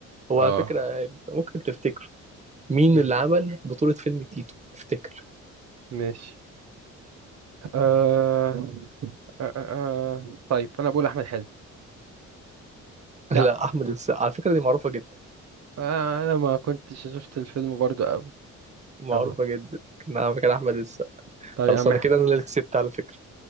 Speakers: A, on the right; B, on the right.
A: هو
B: اه
A: على فكرة يعني ممكن تفتكر مين
B: مم.
A: اللي عمل بطولة فيلم تيتو تفتكر
B: ماشي آه... آه... آه... آه. طيب انا بقول احمد حلمي لا
A: <laughs> لا أحمد السقا على فكرة دي معروفة جدا
B: آه انا ما كنتش شفت الفيلم برضو قوي
A: معروفة
B: يلا
A: جدا نعم كان أحمد السقا
B: طب
A: خلاص
B: يا عم
A: أنا كده أنا اللي كسبت على فكرة